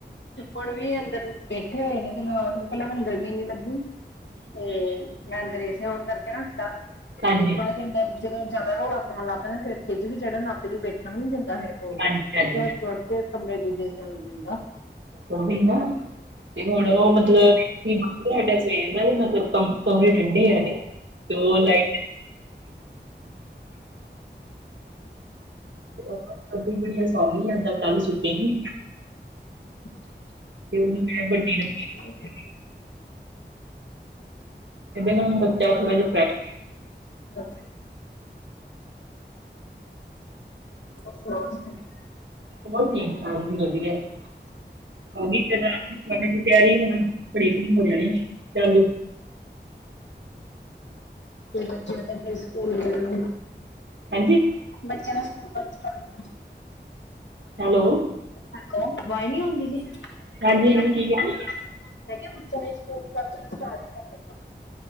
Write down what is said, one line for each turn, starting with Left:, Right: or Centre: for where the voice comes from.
Left: ਹੁਣ ਵੀ ਅੰਦਰ ਬੈਠੇ ਹੋਏ ਨੇ ਤੇ ਮੈਂ ਉਠ ਪਹਿਲਾਂ ਮੈਨੂੰ ਗਰਮੀ ਇਨੀ ਲੱਗੀ। ਤੇ ਮੈਂ ਅੰਦਰ ਈ ਫੋਨ ਕਰਕੇ ਰੱਖਤਾ
Right: ਹਾਂਜੀ
Left: ਤੇ ਬਾਦ ਚੋਂ <unintelligible> ਜਦੋਂ ਜ਼ਿਆਦਾ ਰੋਲਾ ਪਾਨ ਲੱਗ ਪਿਆ ਫੇਰ ਖਿੱਝ ਵੀ ਚੜਨ ਲੱਗ ਪਈ ਫੇਰ ਬੈਠਿਆਂ ਵੀ ਨੀ ਜਾਂਦਾ ਮੇਰੇ ਕੋਲ <unintelligible>
Right: ਹਾਂਜੀ ਹਾਂਜੀ
Left: ਕੇ ਕਮਰੇ 'ਚੋਂ ਦਿਸਦਾ ਨੀ ਦਿਨ ਦਾ।
Right: ਔ ਵੀ ਨਾ ਤੇ ਹੁਣ ਔ
Left: ਹੂੰ
Right: ਮਤਲਬ <unintelligible> ਸਵੇਰ ਦਾ ਵੀ ਮਤਲਬ ਕਮ ਕਮਰੇ ਠੰਡੇ ਐ ਨਈ ਤੇ ਔ ਲਾਈਟ <inaudible> <inaudible> ਕੁੜੀਆਂ ਸੌਂ ਗਈਆਂ ਏਦਾਂ ਤਾਂ ਵੀ ਸੁੱਤੇ ਨੀ
Left: <inaudible>
Right: ਤੇ ਉਹਨੂੰ ਮੈਂ ਵੱਡੀ ਨੂੰ
Left: ਹੂੰ।
Right: ਇਹਦੇ ਨਾ ਬੱਚਾ ਥੋੜਾ ਜਿਆ <unintelligible>
Left: <inaudible> ਹੋਰ ਸੁਣਾਔ ਤੁਸੀ?
Right: ਬਸ ਠੀਕ-ਠਾਕ ਜੀ, ਵਧੀਐ। <inaudible> ਦੀ ਤਿਆਰੀ ਕਰਾਂ <inaudible> ਚੱਲ
Left: ਤੇ ਬੱਚਿਆਂ ਦਾ <unintelligible> ਸਕੂਲ ਗਏ ਨੇ।
Right: ਹਾਂਜੀ
Left: ਬੱਚਿਆਂ ਦੇ ਸਕੂਲ <unintelligible>
Right: ਹੈਲੋ।
Left: ਹੈਲੋ। ਅਵਾਜ਼ ਨੀ ਆਉਂਦੀ ਪਈ।
Right: ਹਾਂਜੀ-ਹਾਂਜੀ
Left: ਹਾਂਜੀ
Right: ਕੀ
Left: <unintelligible>
Right: ਕਹਿ ਰਹੇ?
Left: ਮੈਂ ਕਿਆ ਬੱਚਿਆਂ ਦੇ ਸਪੋਰਟਸ ਕੱਲ ਤੋਂ ਏਨੇ ਸਟਾਰਟ ਈ ਕਰ ਦੇਨੇ ਆ।